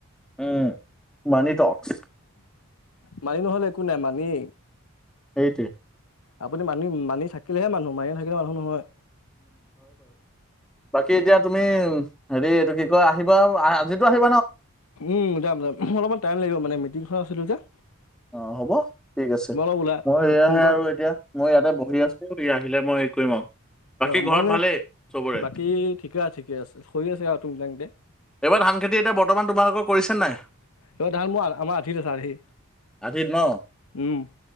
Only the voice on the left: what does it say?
মানি নহ'লে একো নাই মানিয়েই
আপুনি মানি মানি থাকিলেহে মানুহ মানি নাথাকিলে মানুহ নহয়।
উম যাম যাম মোৰ অলপমান টাইম লাগিব মানে মিটিংখনত আছিলো যে
মই অলপ ওলাই
ক'ত
ফোন কৰা
অ' মোৰ
মানে
বাকী ঠিকে আছে ঠিকে আছে হৈ আছে আৰু তুং তাং কে
এইবাৰ ধান মোৰ আমাৰ আধিত আছে আধি
উম